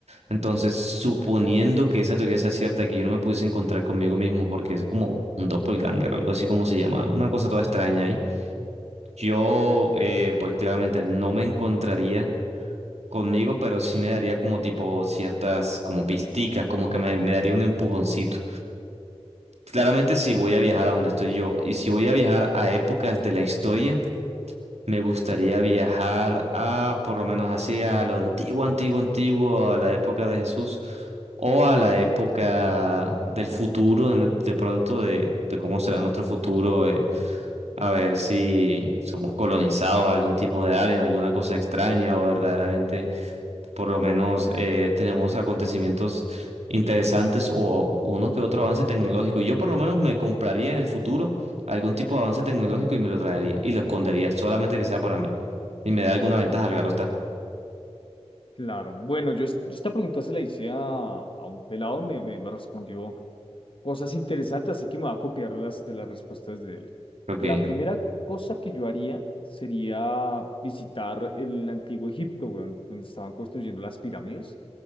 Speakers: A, on the right (about 75°); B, on the left (about 50°).
A: Entonces, suponiendo que esa teoría sea cierta, y que yo no me pudiese encontrar conmigo mismo, porque es como un doppelganger, algo así como se llama, una cosa toda extraña ahí, yo, eh, pues claramente no me encontraría conmigo, pero sí me daría como tipo ciertas, como pisticas, como que me, me daría un empujoncito. Claramente si voy a viajar a donde estoy yo y si voy a viajar a épocas de la historia, me gustaría viajar a, por lo menos así, a lo antiguo, antiguo, antiguo, a la época de Jesús o a la época del futuro, en el- de pronto de, de cómo será nuestro futuro, eh, a ver si somos colonizados, algún tipo de alien, alguna cosa extraña o verdaderamente por lo menos eh, tenemos acontecimientos interesantes o uno que otro avance tecnológico. Yo por lo menos me compraría en el futuro algún tipo de avance tecnológico y me lo traería y lo escondería, solamente que sea para mí. Y me da alguna ventaja, claro está.
B: Claro, bueno, yo, es- yo esta pregunta se la hice a, a un pelado, me, me, me respondió cosas interesantes, así que me voy a copiar las de las respuestas de él.
A: Ok,
B: La primera cosa que yo haría sería visitar el antiguo Egipto, weón, donde estaban construyendo las pirámides.